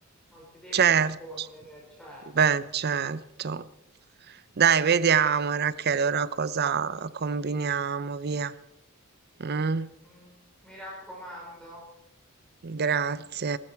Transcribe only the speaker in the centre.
non ti devi
nascondere, cioè
mm, mi raccomando.